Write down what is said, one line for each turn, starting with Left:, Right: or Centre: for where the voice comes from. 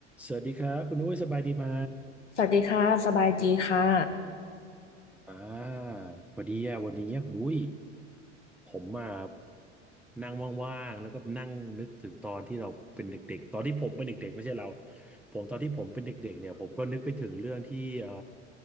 Centre: สวัสดีครับคุณอุ้ยสบายดีไหม
Left: สวัสดีค่ะ สบายดีค่ะ
Centre: อ่าพอดีอะวันนี้คุณอุ้ยผมมานั่งว่างๆแล้วก็นั่งนึกถึงตอนที่เราเป็นเด็กๆตอนที่ผมเป็นเด็กๆไม่ใช่เราผมตอนที่ผมเป็นเด็กๆเนี่ยผมก็นึกไปถึงเรื่องที่เอ่อ